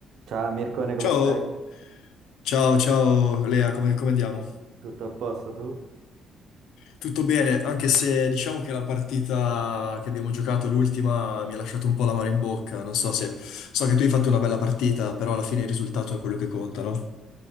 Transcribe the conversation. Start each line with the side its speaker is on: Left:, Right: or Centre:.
Right: Ciao Mircone, come
Left: Ciao,
Right: stai?
Left: ciao, ciao Lea, come, come andiamo?
Right: Tutto a posto tu?
Left: Tutto bene, anche se diciamo che la partita che abbiamo giocato, l'ultima, mi ha lasciato un po' l'amaro in bocca. Non so se... So che tu hai fatto una bella partita, però alla fine il risultato è quello che conta, no?